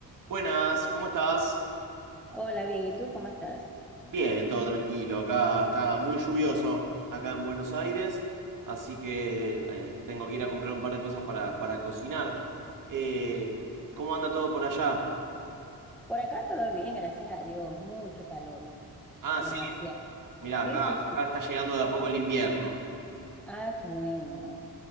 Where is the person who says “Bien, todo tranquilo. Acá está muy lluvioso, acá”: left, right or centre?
Right